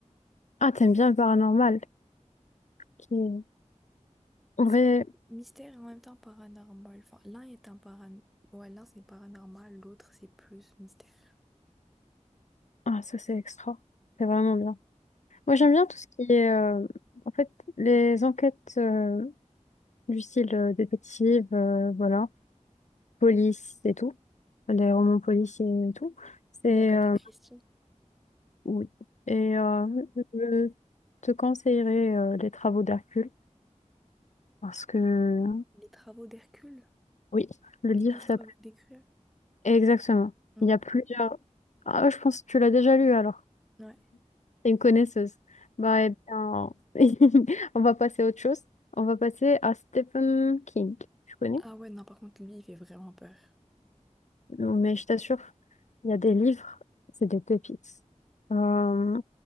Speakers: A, on the left; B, in the centre.
A: Ah, t'aimes bien le paranormal, qui est... En
B: C'est
A: vrai,
B: un peu mystère et en même temps paranormal. Enfin, l'un est un paran... ouais, l'un c'est paranormal, l'autre c'est plus mystère.
A: ah, ça c'est extra. C'est vraiment bien. Moi, j'aime
B: Mm.
A: bien tout ce qui est, euh, en fait, les enquêtes euh, du style euh, détective, euh, voilà, police et tout, les romans policiers et tout. C'est,
B: Et l'Agatha
A: euh,
B: Christie,
A: oui. Et euh, je te conseillerais euh, les travaux d'Hercule parce que,
B: les travaux d'Hercule,
A: oui, le
B: les
A: livre
B: douze
A: s'appelle.
B: travaux d'Hercule.
A: Exactement.
B: Mm.
A: Il y a plusieurs. Ah, je pense que tu l'as déjà lu alors.
B: Ouais.
A: T'es une connaisseuse. Bah, eh bien, <laughs> on va passer à autre chose. On va passer à Stephen King. Tu connais?
B: Ah ouais, non, par contre, lui, il fait vraiment peur.
A: Non, mais je t'assure, il y a des livres, c'est des pépites. Euh,